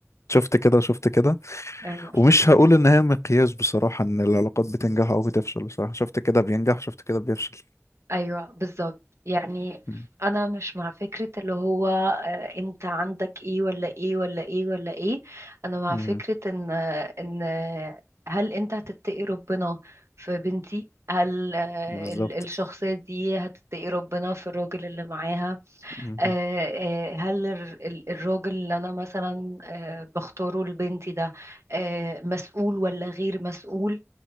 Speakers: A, on the left (about 75°); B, on the right (about 70°).
A: شفت كده شفت كده
B: ايوه
A: ومش هقول ان هي مقياس بصراحة ان العلاقات بتنجح او بتفشل بصراحة شفت كده بينجح شفت كده بيفشل
B: ايوه بالظبط يعني
A: مم.
B: انا مش مع فكرة اللي هو آه، انت عندك ايه ولا ايه ولا ايه ولا ايه انا مع
A: مم.
B: فكرة ان آه، ان آه، هل انت هتتقي ربنا في بنتي هل آه،
A: بالظبط
B: ال- الشخصية دي هتتقي ربنا في الراجل اللي معاها
A: مم.
B: آه، آه، هل الر- ال- الراجل اللي انا مثلا آه، بختاره لبنتي ده آه، مسؤول ولا غير مسؤول